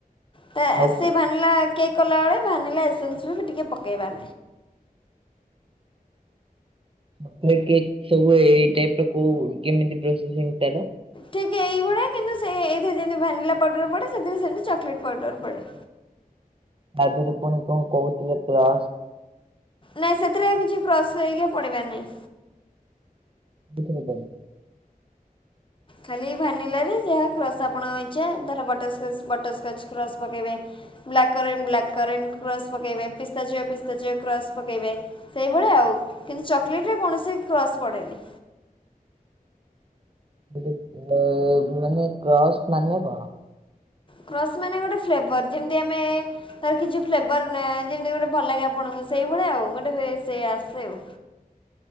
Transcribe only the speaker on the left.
ତ
ସେ
ଭାନିଲା କେକ୍ କଲାବେଳେ ଭାନିଲା ଏସେନ୍ସରେ ବି ଟିକେ ପକେଇବା।
ଠିକ୍ ଏଇଭଳିଆ କିନ୍ତୁ ସେ ଏଇଥିରେ ଯେମତି ଭ୍ୟାନିଲା ପାଉଡ଼ର ପଡ଼େ ସେଥିରେ ସେମିତି ଚକୋଲେଟ୍ ପାଉଡ଼ର ପଡ଼େ।
ନାଇଁ ସେଥିରେ ଆଉ କିଛି କ୍ରସ କରିକି ପଡିବାର ନାହିଁ।
ଖାଲି ଭାନିଲାରେ ଯାହା କ୍ରସ୍ ଆପଣଙ୍କ ଇଛା ଧର ବଟରସ୍କଚ ବଟରସ୍କଚ୍ କ୍ରସ୍ ପକେଇବେ। ବ୍ଲାକ୍ କରେ ବ୍ଲାକ୍ କରେ କ୍ରସ୍ ପକେଇବେ ପିସ୍ତାଚୟ ପିସ୍ତାଚୟ କ୍ରସ୍ ପକେଇବେ। ସେଇଭଳିଆ ଆଉ କିନ୍ତୁ ଚକୋଲେଟରେ କୌଣସି କ୍ରସ୍ ପଡ଼େନି।
କ୍ରସ୍ ମାନେ ଗୋଟେ ଫ୍ଲେଭର ଯେମିତି ଆମେ ତାର କିଛି ଫ୍ଲେଭର ନାଏ ଯେମିତି ଗୋଟେ ଭଲ ଲାଗେ ଆପଣଙ୍କୁ ସେଇଭଳିଆ ଆଉ ଗୋଟେ ସେ ଆସେ ଆଉ।